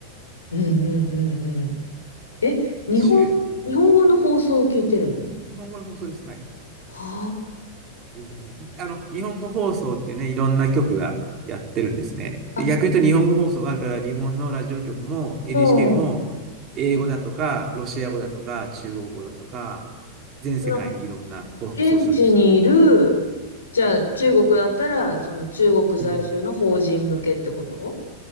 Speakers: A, on the left; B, on the right.
A: うんうんうん。え、
B: で、
A: 日本、
B: 週、うん、
A: 日本語の放送を聞いてるの
B: 日本語の放送です。はい。
A: は
B: 日本、あの、日本語放送ってね、いろんな局がやってるんですね。
A: あ、
B: で逆に言うと日本語放送があるから、
A: あ、
B: 日本のラジオ局も NHK
A: もう、
B: も英語だとか、ロシア語だとか、中国語だとか、全世界にいろんな放送をするんですよ。
A: その、現地にいる、じゃあ、中国だったら、その中国在住の法人向けってこと
B: うん。